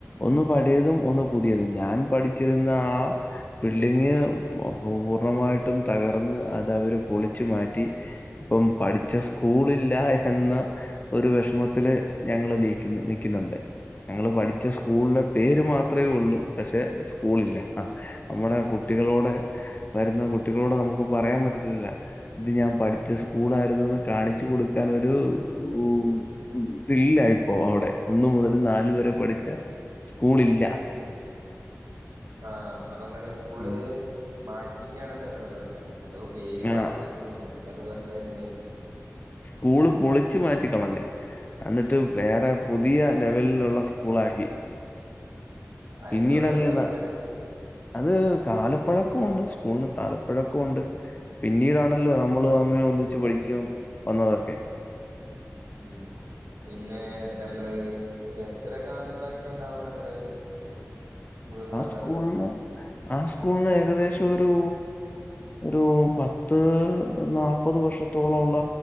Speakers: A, on the left (about 30°); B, on the right (about 75°).
A: ഒന്ന് പഴയതും ഒന്ന് പുതിയതും ഞാൻ പഠിച്ചിരുന്ന ആ. ബിൽഡിങ് പു പൂർണ്ണമായിട്ടും തകർന്ന് അതഅവര് പൊളിച്ചു മാറ്റി. ഇപ്പം പഠിച്ച സ്കൂളില്ല എന്ന. ഒരു വെഷമത്തില് ഞങ്ങള് നീക്ക് നിക്കുന്നുണ്ട്. ഞങ്ങള് പഠിച്ച സ്കൂൾളെ പേര് മാത്രമേ ഉള്ളൂ പക്ഷെ സ്കൂളില്ല അഹ്. നമ്മുടെ കുട്ടികളോടെ ഹ് വരുന്ന കുട്ടികളോട് നമുക്ക് പറയാൻ പറ്റത്തില്ല. ഇത് ഞാൻ പഠിച്ച സ്കൂളായിരുന്നുന്ന് കാണിച്ചു കൊടുക്കാനൊരു ഉഹ്. ഇതില്ല ഇപ്പൊ അവ്ടെ ഒന്നു മുതൽ നാല് വരെ പഠിച്ച സ്കൂളില്ല.
B: ആ അപ്പൊ ങ്ങള് സ്കൂള്
A: ഉം.
B: മാറ്റിക്കാണെന്നാ ഇങ്ങള് പർഞ്ഞത്. അതൊ പേര്
A: ആഹ്.
B: മാറ്റിക്ക്ണ്ന്നോ എന്താണ് പറഞ്ഞര്ന്നേ.
A: സ്കൂള് പൊളിച്ചു മാറ്റിക്കളഞ്ഞ്. എന്നിട്ട് വേറെ പുതിയ ലെവൽലുള്ള സ്കൂളാക്കി.
B: അതെന്തുകൊണ്ടാ
A: പിന്നീടഅഹ്യെന്നാ.
B: പൊളിച്ചാണ്
A: അത് കാലപ്പഴക്കുണ്ട് സ്കൂളിന് കാലപ്പഴക്കുണ്ട് പിന്നീടാണല്ലോ നമ്മൾ തമ്മിൽ ഒന്നിച്ച് പഠിക്കും വന്നതൊക്കെ
B: ഉം പിന്നെ നമ്മള് എത്ര കാലം പഴക്ക ണ്ടാവും നമ്മള് ഇത് സ്കൂള്ന്ന്
A: ആ
B: പറഞ്ഞാ
A: സ്കൂൾന്ന് ആ സ്കൂളന് ഏകദേശം ഒരു ഒരു പത്ത് നാല്പത് വർഷത്തോള ഉള്ള